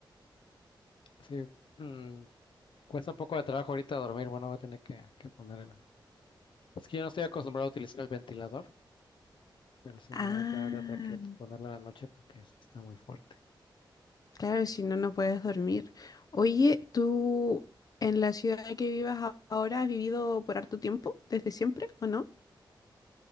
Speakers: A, on the left; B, on the left.
A: sí, mm, cuesta un poco de trabajo ahorita dormir. Bueno, voy a tener que, que poner. el- Es que yo no estoy acostumbrado a utilizar el ventilador, pero sí,
B: Ah,
A: no va a quedar de otra que ponerlo en la noche porque sí está muy fuerte.
B: claro, si no, no puedes dormir. Oye, ¿tú en la ciudad que vivas a- ahora has vivido por harto tiempo, desde siempre o no?